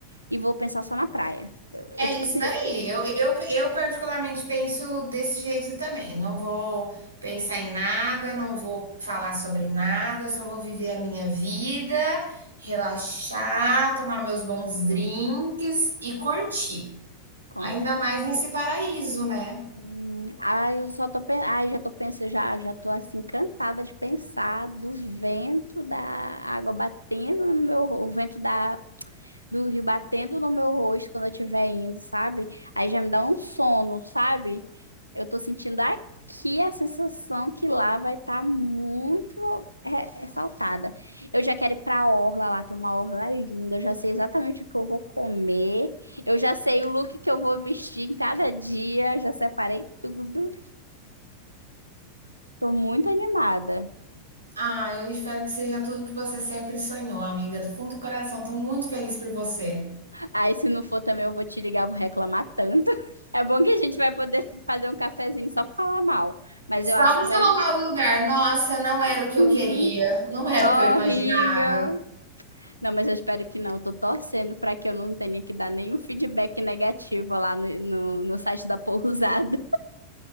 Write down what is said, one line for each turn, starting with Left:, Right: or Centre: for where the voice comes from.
Left: e vou pensar só na praia. Eu- É
Right: É
Left: tipo
Right: isso
Left: assim,
Right: daí. Eu, eu, eu particularmente penso desse jeito também. Não vou pensar em nada, não vou falar sobre nada, eu só vou viver a minha vida, relaxar, tomar meus bons drinks e curtir.
Left: com
Right: Ainda
Left: certeza.
Right: mais nesse paraíso, né?
Left: Hum, Ai, eu só tô, pen- ai, já tô pensando, já, já tô assim, encantada de pensar do vento da água batendo no meu, o vento da do rio batendo no meu rosto quando eu estiver indo, sabe? Aí já me dá um sono, sabe? Eu tô sentindo aqui a sensação que lá vai estar muito re- ressaltada. Eu já quero ir pra orla lá, tem uma orla linda, eu já sei exatamente o que eu vou comer, eu já sei o look que eu vou vestir em cada dia, já separei tudo. Tô muito animada.
Right: Ah, eu espero que seja tudo que você sempre sonhou, amiga. Do fundo do coração, estou muito feliz por você.
Left: Aí, se não for também, eu vou te ligar, vou reclamar tanto. <laughs> É bom que a gente vai poder fazer um cafezinho só pra falar mal. Mas
Right: Só
Left: eu acho
Right: para
Left: que
Right: falar
Left: vai.
Right: mal do lugar, nossa, não era o
Left: Uhum.
Right: que eu queria, não era
Left: Horrível.
Right: o que eu imaginava.
Left: Não, mas eu espero que não. Eu tô torcendo pra que eu não tenha que dar nenhum feedback negativo lá no, no, no site da pousada.